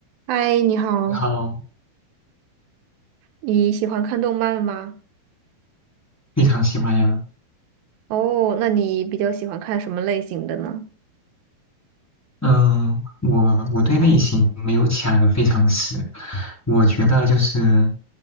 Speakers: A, on the right; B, in the centre.
A: 嗨，你好，
B: 你好，
A: 你喜欢看动漫吗？
B: 非常喜欢呀。
A: 哦，那你比较喜欢看什么类型的呢？
B: 嗯，我我对类型没有卡的非常死，我觉得就是